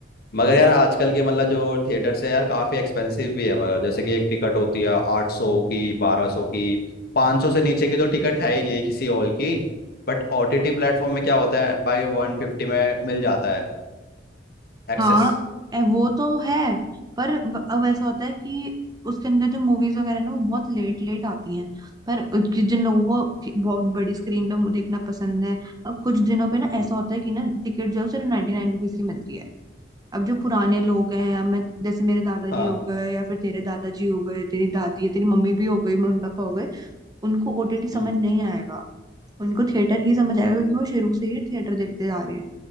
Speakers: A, on the left (about 55°); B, on the right (about 20°).
A: मगर यार आजकल के मतलब जो थिएटर्स है यार काफ़ी एक्सपेंसिव भी है मगर जैसे कि एक टिकट होती है आठ सौ की बारह सौ की पाँच सौ से नीचे की तो टिकट है ही नहीं किसी हॉल की But O T T platform में क्या होता है भाई वन फिफ्टी में मिल जाता है एक्सेस
B: हाँ ए, वो तो है पर व- अब ऐसा होता है कि उसके अंदर जो मूवीज वगैरह ना वो बहुत लेट लेट आती हैं पर उनकी- जिन लोगों को कि- बहुत बड़ी स्क्रीन पे देखना पसंद है अब कुछ दिनों पे ना
A: हम्म
B: ऐसा होता है कि ना टिकट जो है सिर्फ नाइन्टी नाइन रुपीज की मिलती है अब जो पुराने लोग हैं अब मैं जैसे मेरे दादाजी
A: हाँ
B: हो गए या फिर तेरे दादाजी हो गए तेरी दादी है तेरी मम्मी भी हो गई मम्मी पापा हो गए उनको ओटीटी समझ
A: हम्म।
B: नहीं आएगा उनको थिएटर ही समझ आएगा क्योंकि वो शुरू से ही थिएटर देखते जा रहे हैं